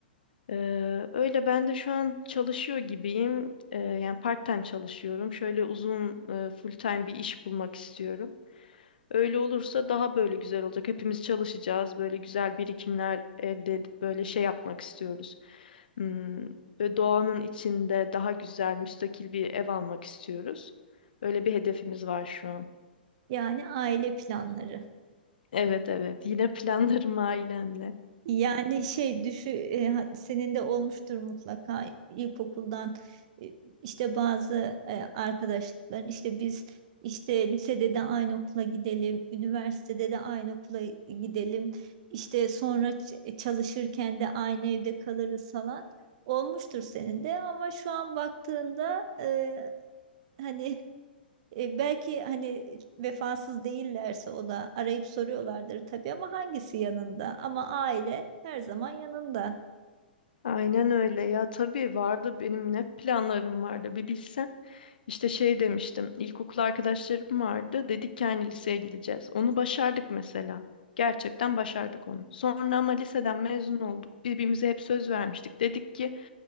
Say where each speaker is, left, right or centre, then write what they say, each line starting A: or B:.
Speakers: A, on the left; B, on the right.
A: Ee, öyle ben de şu an çalışıyor gibiyim. Ee, yani part-time çalışıyorum. Şöyle uzun e, full-time bir iş bulmak istiyorum. Öyle olursa daha böyle güzel olacak. Hepimiz çalışacağız. Böyle güzel birikimler elde edip böyle şey yapmak istiyoruz. Hmm, böyle doğanın içinde daha güzel, müstakil bir ev almak istiyoruz. Öyle bir hedefimiz var şu an.
B: yani aile planları.
A: Evet evet yine planlarım ailemle.
B: Yani şey düşü e, ha- senin de olmuştur mutlaka ilkokuldan e, işte bazı e, arkadaşlıkların işte biz işte lisede de aynı okula gidelim, üniversitede de aynı okula gidelim, işte sonra ç- e, çalışırken de aynı evde kalırız falan olmuştur senin de ama şu an baktığında e, hani <laughs> E, belki hani vefasız değillerse o da arayıp soruyorlardır tabii ama hangisi yanında? Ama aile her zaman yanında.
A: Aynen öyle ya tabii vardı benim ne planlarım vardı bir bilsen. İşte şey demiştim ilkokul arkadaşlarım vardı dedik ki aynı liseye gideceğiz. Onu başardık mesela. Gerçekten başardık onu. Sonra ama liseden mezun olduk. Birbirimize hep söz vermiştik. Dedik ki